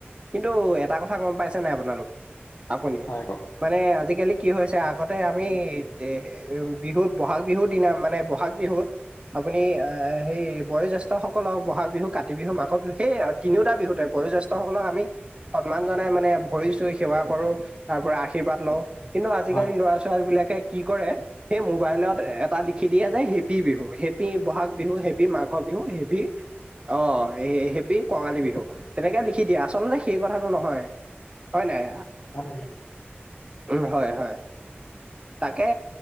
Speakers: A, on the right (about 25°); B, on the left (about 65°).
A: কিন্তু এটা কথা গম পাইছে নাই আপোনালোক আপুনি
B: হয় কওক
A: মানে আজিকালি কি হৈছে আগতে আমি এ উম, বিহুত বহাগ বিহুৰ দিনা মানে ব'হাগ বিহুত আপুনি এ হেই বয়োজেষ্ঠ সকলক ব'হাগ বিহু কাতি বিহু মাঘৰ বিহু সেই তিনিওটা বিহুত বয়োজেষ্ঠসকলক আমি সন্মান জনাই মানে ভৰি চুই সেৱা কৰো তাৰ পৰা আশীৰ্বাদ লওঁ। কিন্তু আজিকালি
B: হয়
A: লৰা ছোৱালী বিলাকে কি কৰে সেই মোবাইলত এটা লিখি দিয়ে যে happy Bihu happy Bohag Bihu happy মাঘৰ বিহু হেপি অ', হেপী কঙালী বিহু তেনেকে লিখি দিয়া আচলতে সেই কথাটো নহয়। হয় নাই?
B: হয়।
A: উম, হয় হয় তাকে